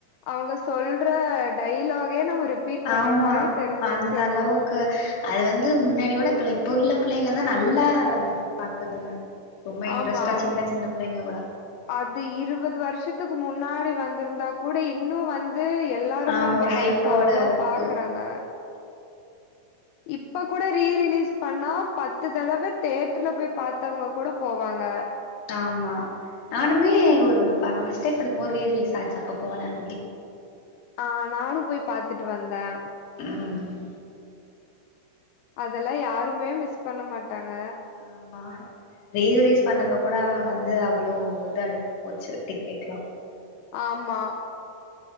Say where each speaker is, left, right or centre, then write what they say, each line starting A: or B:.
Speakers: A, on the left; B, on the left.
A: அவுங்க சொல்ற டைலாகே நம்ம ரிப்பீட் பண்ற
B: ஆமா
A: மாரி தெரிஞ்சு
B: அந்த
A: வச்சிருக்கோ
B: அளவுக்கு அது வந்து முன்னாடியோட இப்ப இப்ப உள்ள பிள்ளைங்க தான் நல்லா பாக்குதுங்க ரொம்ப இன்ட்ரெஸ்ட்டா
A: ஆமா
B: சின்ன சின்ன பிள்ளைங்க கூட
A: அது இருவது வருஷத்துக்கு முன் முன்னாடி வந்திருந்தா கூட இன்னும் வந்து ந்து எல்லாருமே
B: ஆமா
A: அந்த
B: ஒரு ஹைப்போட
A: படத்த அவ்ளோ
B: இருக்கு
A: பாக்குறாங்க இப்ப கூட ரீரிலீஸ் பண்ணா பத்து தடவ தேட்டர்ல போய் பாத்தவங்க கூட போவாங்க
B: ஆமா நானுமே ஒரு நான்ஸ்டே படிக்கும்போது ரரிய ரிலீஸ் ஆச்சு அப்ப போனேன்
A: ஆ நானும் போய் பாத்துட்டு வந்தேன்
B: ம்
A: அதெல்லாம் யாருமே மிஸ் பண்ண மாட்டாங்க
B: ஆமா ரீ ரிலீஸ் பண்ணப்ப கூட வந்து அவ்வளவு இது அட போச்சு டிக்கெட் எல்லாம்
A: ஆமா